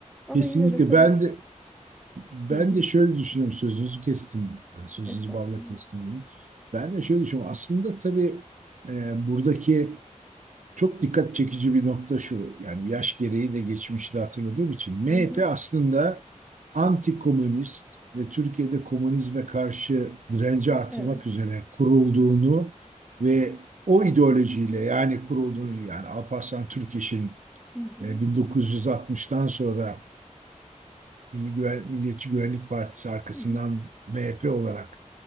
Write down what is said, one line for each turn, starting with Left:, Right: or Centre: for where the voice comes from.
Centre: Ama
Right: Kesinlikle
Centre: yine de tabii
Right: ben de Ben
Centre: hı hı,
Right: de şöyle düşünüyorum sözünüzü kestim. Yani Sözünüzü
Centre: estağfurullah.
Right: balla kestim diyeyim. Ben de şöyle düşünüyorum. Aslında tabii e, buradaki çok dikkat çekici bir nokta şu. Yani yaş gereği de geçmişi de hatırladığım için. MHP
Centre: Hı hı,
Right: aslında anti-komünist ve Türkiye'de komünizme karşı direnci artırmak
Centre: evet.
Right: üzere kurulduğunu ve o ideolojiyle yani kurulduğunu yani Alparslan Türkeş'in
Centre: Hı hı,
Right: e, 1960'tan sonra Milli Güven, Milliyetçi Güvenlik Partisi arkasından
Centre: hı hı,
Right: MHP olarak